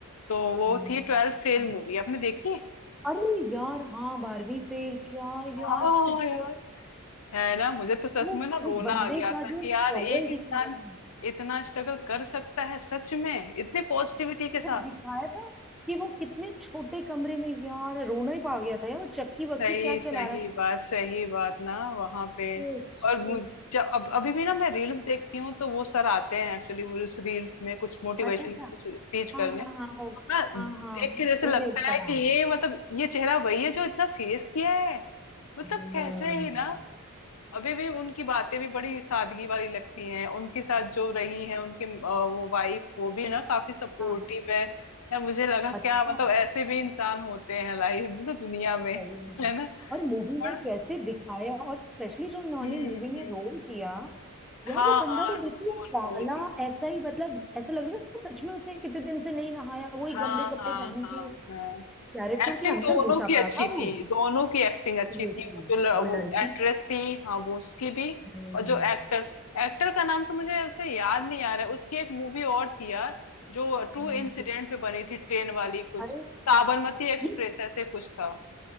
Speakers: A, on the left; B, in the centre.
A: तो वो
B: हम्म,
A: थी ट्वेल्थ फेल
B: हम्म।
A: मूवी आपने देखी है?
B: अरे यार हाँ बारहवीं फेल क्या
A: हाँ
B: यार पिक्चर
A: यार है ना मुझे तो सच
B: वो
A: में ना
B: वो
A: रोना
B: बंदे
A: आ गया
B: का
A: था
B: जो
A: कि
B: स्ट्रगल
A: यार एक
B: दिखाया
A: इंसान
B: है,
A: इतना स्ट्रगल कर सकता है सच में इतनी पॉजिटिविटी के साथ
B: वो दिखाया था कि वो कितने छोटे कमरे में यार रोना ही पा गया था यार वो चक्की वक्की
A: सही
B: क्या
A: सही
B: चला रहा था
A: बात सही बात ना वहां पे
B: शिट,
A: और मुझ- जब अब अभी भी ना मैं रील्स देखती हूँ तो वो सर आते हैं एक्चुअली वो उस रील्स में कुछ मोटिवेशन
B: अच्छा अच्छा
A: कुछ स्पीच करने
B: हाँ हाँ
A: तो
B: हाँ हो
A: ना
B: हाँ
A: देख
B: हाँ मैं
A: के जैसे
B: भूल
A: लगता
B: गई उसका
A: है
B: नाम
A: कि ये मतलब ये चेहरा वही है जो इतना फेस किया है मतलब
B: हम्म
A: कैसे ही ना अभी भी उनकी बातें भी बड़ी सादगी वाली लगती हैं उनके साथ जो रही हैं उनके अ, वो वाइफ वो भी ना काफी सपोर्टिव
B: हाँ
A: है यार मुझे लगा
B: अच्छा
A: क्या मतलब ऐसे भी इंसान होते हैं लाइफ मतलब दुनिया में
B: सही में
A: है ना
B: और मूवी
A: पर
B: में कैसे दिखाया और स्पेशली जो इन्होंने
A: हम्म
B: मूवी में
A: हम्म
B: रोल किया यार
A: हाँ
B: वो बंदा
A: हाँ
B: तो बिल्कुल
A: रोल
B: काला
A: रोल भी
B: ऐसा ही मतलब ऐसा लग रहा था सच में उसने कितने दिन से नहीं नहाया वही
A: हाँ
B: गंदे कपड़े
A: हाँ
B: पहन
A: हाँ
B: के
A: हाँ
B: कैरेक्टर
A: एक्टिंग
B: के अंदर
A: दोनों
B: घुसा
A: की
B: पड़ा
A: अच्छी
B: था
A: थी
B: वो
A: दोनों की एक्टिंग अच्छी
B: सीरियसली
A: थी वो जो ल-
B: वो
A: वो
B: लड़की
A: एक्ट्रेस थी हाँ वो उसकी भी
B: हम्म,
A: और जो एक्टर एक्टर का नाम तो मुझे ऐसे याद नहीं आ रहा है उसकी एक मूवी और थी यार जो ट्रू
B: हम्म,
A: इंसिडेंट पे बनी थी ट्रेन वाली कुछ
B: अरे
A: साबरमती एक्सप्रेस
B: ये
A: ऐसे कुछ था